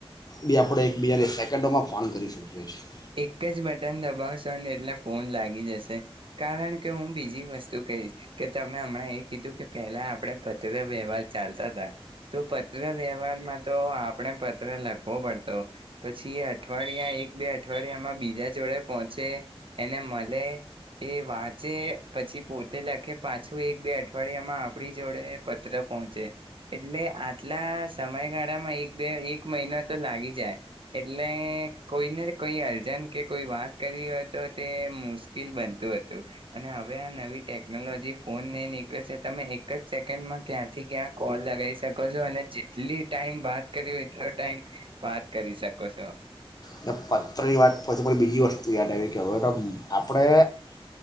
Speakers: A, on the left; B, on the right.
A: બી આપણે એકબીજાને સેકન્ડોમાં ફોન કરી શકી <unintelligible>
B: એક જ બટન દબાવશો ને એટલે ફોન લાગી જશે કારણ કે હું, બીજી વસ્તુ કહીશ કે તમે હમણાં એ કીધું કે પહેલા આપણે પત્ર વ્યવહાર ચાલતા હતા તો પત્ર વ્યવહારમાં તો આપણે પત્ર લખવો પડતો પછી એ અઠવાડિયા એક બે અઠવાડિયામાં બીજા જોડે પહોંચે એને મળે એ વાંચે પછી પોતે લખે પાછું એક બે અઠવાડિયામાં આપણી જોડે પત્ર પહોંચે એટલે આટલા સમયગાળામાં એક બે એક મહિનો તો લાગી જાય એટલે કોઈને કોઈ અર્જન્ટ કે કોઈ વાત કરી હોય તો તે મુશ્કલ બનતું હતું અને હવે આ નવી ટેકનોલોજી ફોન નહી નીકળ્યો છે તમે એક જ સેકન્ડમાં ક્યાંથી ક્યાં કોલ લગાવી શકો છો અને જેટલી ટાઈમ વાત કર એટલો ટાઈમ વાત કરી શકો છો
A: અને પત્રની વાત પછી પ બીજી વસ્તુ યાદ આવી કે હવે તો આપણે